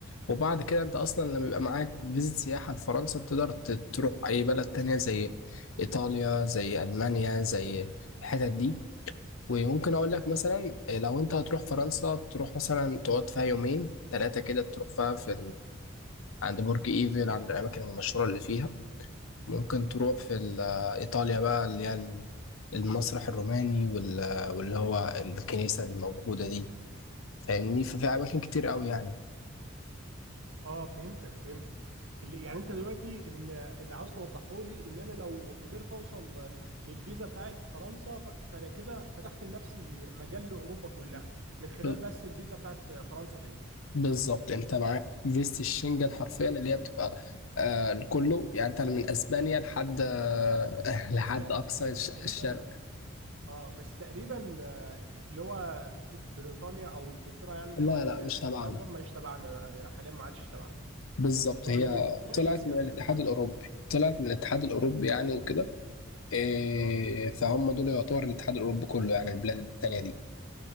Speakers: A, on the left; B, on the right.
A: وبعد كده انت اصلا لما يبقى معاك فيزيت سياحه لفرنسا انت تقدر ت- تروح اي بلد تانية زي ايطاليا زي المانيا زي الحتت دي وممكن اقول لك مثلا آه، لو انت هتروح فرنسا تروح مثلا تقعد فيها يومين ثلاثه كده تروح فيها في عند برج ايفل عند الاماكن المشهوره اللي فيها ممكن تروح في ال- آه، ايطاليا بقى اللي هي ال- المسرح الروماني وال- آه، واللي هو الكنيسه الموجوده دي فاهمني ففي اماكن كتير قوي يعني
B: اه فهمتك فهمتك اللي يعني انت دلوقتي اللي اللي عاوز توضحه لي ان انا لو قدرت اوصل للفيزا بتاعت فرنسا ف- فانا كده فتحت لنفسي مجال لاوروبا كلها من خلال
A: ب-
B: بس الفيزا بتاعت فرنسا دي
A: بالظبط انت معاك فيزة الشنجن حرفيا اللي هي بتبقى آه لكله يعني انت من اسبانيا لحد آه <laughs> لحد
B: بس تق-
A: اقصى الش-
B: تقريبا
A: الشرق
B: اه بس تقريبا آه، اللي هو بريطانيا او انجلترا يعني اللي
A: لا
B: هو ال-
A: لا مش تبعنا
B: لندن ما يشتبعنا حاليا ما عادش تبعنا
A: بالظبط
B: طيب
A: هي
B: كويس
A: طلعت من
B: هي فكره
A: الاتحاد
B: كويسه
A: الاوروبي طلعت من الاتحاد الاوروبي يعني وكده إيه
B: اه
A: فهم دول يعتبر الاتحاد الاوروبي كله يعني البلاد التانية دي